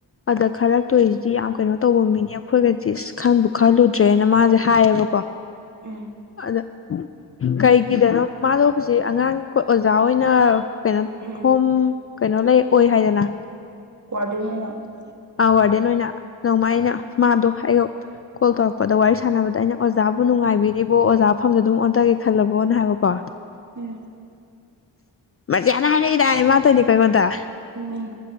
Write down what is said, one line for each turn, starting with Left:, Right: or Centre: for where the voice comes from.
Left: ꯑꯗ ꯈꯜꯂꯛꯇꯣꯏꯁꯤꯗꯤ ꯌꯥꯝ ꯀꯩꯅꯣ ꯇꯧꯕ ꯃꯤꯅꯦ ꯑꯩꯈꯣꯏꯒꯗꯤ ꯏꯁ ꯈꯟꯕꯨ ꯈꯜꯂꯨꯗ꯭ꯔꯦꯅ ꯃꯥꯁꯦ ꯍꯥꯏꯌꯦꯕꯀꯣ
Right: ꯎꯝ
Left: ꯑꯗ ꯀꯩꯒꯤꯗꯅꯣ ꯃꯥꯗꯣ ꯍꯧꯖꯤꯛ ꯑꯉꯥꯡꯒꯤ ꯑꯣꯖꯥ ꯑꯣꯏꯅ ꯄꯦꯟꯠ
Right: ꯎꯝ ꯎꯝ
Left: ꯍꯣꯝ ꯀꯩꯅꯣ ꯂꯩ ꯑꯣꯏ ꯍꯥꯏꯗꯅ
Right: ꯀ꯭ꯋꯥꯔꯇꯔ ꯑꯣꯏꯅ
Left: ꯑ ꯋꯥꯔꯗꯦꯟ ꯑꯣꯏꯅ ꯅꯣꯡꯃ ꯑꯩꯅ ꯃꯥꯗꯣ ꯑꯩꯒ ꯀꯣꯜ ꯇꯧꯔꯛꯄꯗꯣ ꯋꯥꯔꯤ ꯁꯥꯟꯅꯕꯗ ꯑꯩꯅ ꯑꯣꯖꯥꯕꯨ ꯅꯨꯡꯉꯥꯏꯕꯤꯔꯤꯕꯣ ꯑꯣꯖꯥ ꯃꯐꯝꯗ ꯑꯗꯨꯝ ꯑꯣꯟꯊꯒꯦ ꯈꯜꯂꯕꯣꯅ ꯍꯥꯏꯕꯀꯣ
Right: ꯎꯝ
Left: ꯃꯦꯅ ꯍꯥꯏꯔꯛꯏꯗꯥꯅꯦ ꯃꯥꯗꯣꯏꯅꯦ ꯀꯉꯣꯟꯗ
Right: ꯍ